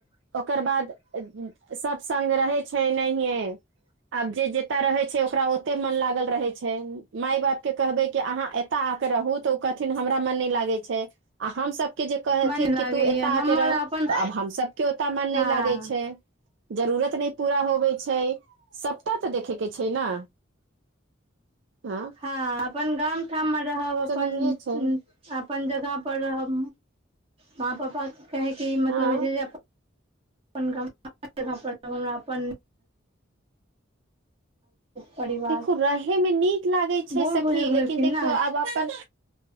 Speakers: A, on the right; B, on the right.
A: ओकर बाद सब संग रहैय छैय नैहे। आब जे जेतऽ रहैय छैय ओकरा ओते मन लागल रहैय छैय माय-बाप के कहबै की अहाँ ए एता आके रहु तऽ उ कहथिन हमरा मन नै लागै छैय आ हमसब के जे कहथिन
B: मन लागैया
A: कि तु एता
B: हमर
A: आके रह
B: अपन
A: तऽ आब हम सबके ओतऽ मन
B: हँ
A: नै लागै छैय। जरूरत नै पुरा होबैय छैय सबटा तऽ देखेके छैय न। हां।
B: आ अपन गाम-ठाम में रहब अपन
A: नहिए छै
B: अंन आपन जगह पर रहब माँ-पापा के कहैके इ मतलब
A: हँ
B: होय छैय जे अप्प पन गम <unintelligible> जगहपर रहब हमरा अपन परिवार
A: देखु रहयमे नीक लागैय छैय
B: बूढ़
A: सखी
B: बुजुर्ग भेलखिन
A: लेकिन देखियौ
B: ने
A: आब अपन